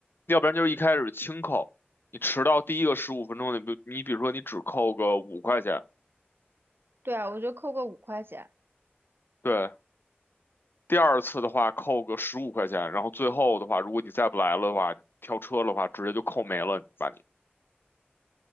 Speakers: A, on the left (about 60°); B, on the right (about 65°).
A: 要不然就是一开始轻扣，你迟到第一个十五分钟，你比你比如说你只扣个五块钱，
B: 对啊，我就扣个五块钱。
A: 对，第二次的话扣个十五块钱，然后最后的话，如果你再不来了的话，你跳车的话直接就扣没了，把你，